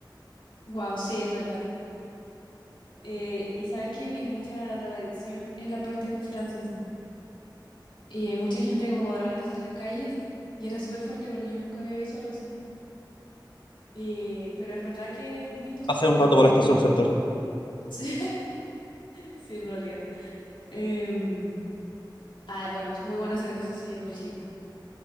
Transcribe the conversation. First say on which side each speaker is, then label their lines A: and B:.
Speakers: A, on the left (about 80°); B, on the left (about 75°).
A: Wow, sí, es verdad. Eh, y sabes que vi mucha drogadicción en la parte de francesa. Y mucha gente como drogándose en las calles. Y era súper fuerte porque yo nunca había visto algo así. Y- pero es verdad que es muy industrial,
B: Pasé un
A: como
B: rato
A: que...
B: por Estación Central.
A: <laughs> Sí, sí, en realidad. Em, ah, bueno, es muy buena cerveza, sí, en Bélgica.